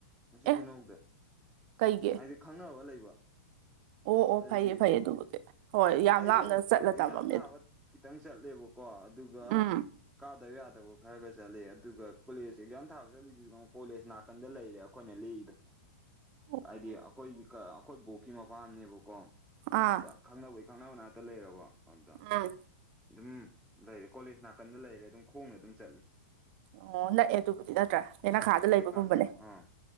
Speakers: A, in the centre; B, on the right.
A: ꯀꯛꯆꯤꯡ
B: ꯑꯦ
A: ꯈꯨꯅꯧꯗ
B: ꯀꯩꯒꯤ
A: ꯍꯥꯏꯗꯤ ꯈꯪꯅꯕ ꯂꯩꯕ
B: ꯑꯣ ꯑꯣ
A: ꯑꯗꯨꯗꯤ
B: ꯐꯩꯌꯦ ꯐꯩꯌꯦ ꯑꯗꯨꯕꯨꯗꯤ ꯍꯣꯏ ꯌꯥꯝ
A: ꯑꯩ
B: ꯂꯥꯞꯅꯥ ꯆꯠꯂꯒꯥ
A: ꯑꯦꯛꯖꯥꯝ
B: ꯇꯕꯝ
A: ꯊꯥꯕ ꯈꯤꯇꯪ ꯆꯠꯂꯦꯕꯀꯣ ꯑꯗꯨꯒꯥ
B: ꯎꯝ
A: ꯀꯥꯗꯕ ꯌꯥꯗꯕ ꯈꯔꯒꯥ ꯆꯠꯂ‌ꯦ ꯑꯗꯨꯒ ꯀꯣꯂꯦꯖ ꯑꯦꯛꯖꯥꯝ ꯊꯥꯕ ꯆꯠꯂꯤꯁꯤꯁꯨ ꯀꯣꯂꯦꯖ ꯅꯥꯀꯟ ꯅꯥꯀꯟꯗ ꯂꯩꯔꯦ ꯑꯩꯈꯣꯏꯅ ꯂ°ꯏꯗꫭ
B: <inaudible>
A: ꯍꯥꯏꯗꯤ ꯑꯩꯈꯣꯏ ꯑꯩꯈꯣꯏꯒꯤ ꯕꯣꯛꯀꯤ ꯃꯄꯥꯝꯅꯦꯕꯀꯣ
B: ꯑꯥ
A: ꯑꯗꯨꯗꯥ ꯈꯪꯅꯕꯒꯤ ꯈꯪꯅꯕ ꯅꯥꯇ ꯂꯩꯔꯕ ꯑꯗ
B: ꯎꯝꯝ
A: ꯑꯗꯨꯝ ꯂꯩꯔꯦ ꯀꯣꯂꯦꯖ ꯅꯥꯀꯟꯗꯥ ꯂꯩꯔꯦ ꯑꯗꯨꯝ ꯈꯣꯡꯅꯗꯥ ꯑꯗꯨꯝ ꯆꯠꯂꯤ
B: ꯑꯣ ꯅꯛꯑꯦ ꯑꯗꯨꯕꯨꯗꯤ ꯅꯠꯇ꯭ꯔꯥ ꯍꯦ ꯌ‌ꯦꯅꯈꯥꯗ ꯂꯩꯕꯒꯨꯝꯕꯅꯦ
A: ꯍꯦꯛ ꯀꯥꯟꯗ ꯑꯥ